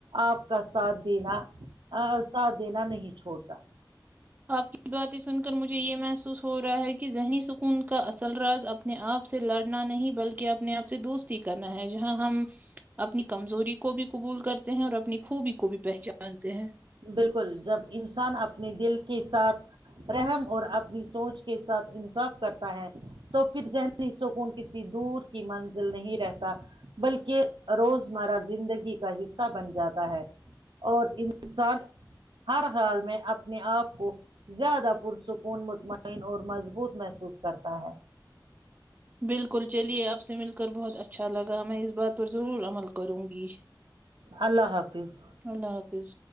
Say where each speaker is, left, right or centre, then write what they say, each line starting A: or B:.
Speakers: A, on the right; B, on the right.
A: آپ کا ساتھ دینا ا ساتھ دینا نہیں چھوڑتا
B: آپ کی باتیں سن کر مجھے یہ محسوس ہو رہا ہے کہ ذہنی سکون کا اصل راز اپنا اپنے آپ سے لڑنا نہیں بلکہ اپنے آپ سے دوستی کرنا ہے جہاں ہم اپنی کمزوری کو بھی قبول کرتے ہیں اور اپنی خوبی کو بھی پہچانتے ہیں
A: بالکل جب انسان اپنے دل کے ساتھ رحم اور اپنی سوچ کے ساتھ انصاف کرتا ہے تو پھر ذہنی سکون کسی دور کی منزل نہیں رہتا بلکہ روزمرہ زندگی کا حصہ بن جاتا ہے اور ان انسان ہر حال میں اپنے آپ کو زیادہ پرسکون مطمئن اور مضبوط محسوس کرتا ہے
B: بالکل چلیے آپ سے مل کر بہت اچھا لگا میں اس بات پر ضرور عمل کروں گی
A: اللہ حافظ
B: اللہ حافظ